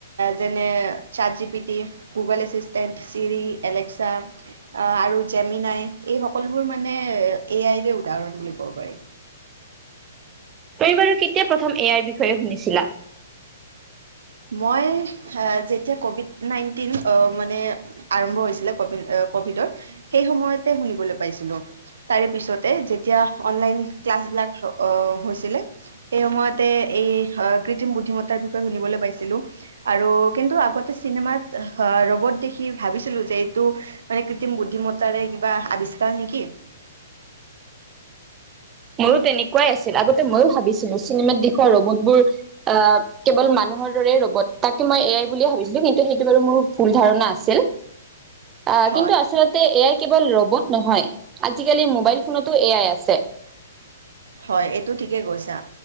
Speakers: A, on the right; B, on the right.
A: যেনে- চাট G P T, Google assistant, Siri, Alexa- অ', আৰু জেমিনাই এই সকলোবোৰ মানে এ আইৰে উদাহৰণ বুলি ক'ব পাৰি।
B: তুমি বাৰু কেতিয়া প্ৰথম এয়াৰ বিষয়ে শুনিছিলা?
A: মই যেতিয়া কভিড নাইণ্টিন অ', মানে- আৰম্ভ হৈছিলে কভি-কভিডৰ, সেই সময়তে শুনিবলৈ পাইছিলোঁ। তাৰে পিছতে যেতিয়া অনলাইন ক্লাছ বিলাক হৈছিলে। সেই সময়তে এই কৃত্ৰিম বুদ্ধিমত্তাৰ বিষয়ে শুনিবলৈ পাইছিলোঁ। আৰু কিন্তু আগতে চিনেমাত ৰবট দেখি ভাবিছিলোঁ যে এইটো- মানে কৃত্ৰিম বুদ্ধিমত্তাৰে কিবা আৱিষ্কাৰ নেকি।
B: মোৰো তেনেকুৱাই আছিল আগতে ময়ো ভাবিছিলোঁ। চিনেমাত দেখা ৰবতবোৰ আহ', - কেৱল মানুহৰ দৰেই ৰ'বত তাকে মই এয়াই বুলিয়ে ভাবিছিলোঁ কিন্তু সেইটো বাৰু মোৰ ভুল ধাৰণা আছিল। অ',
A: হয়
B: কিন্তু আচলতে এয়াই কেৱল ৰবত নহয়, আজি-কালি মোবাইল- ফোনতো এয়াই আছে।
A: হয় এইটো ঠিকেই কৈছা।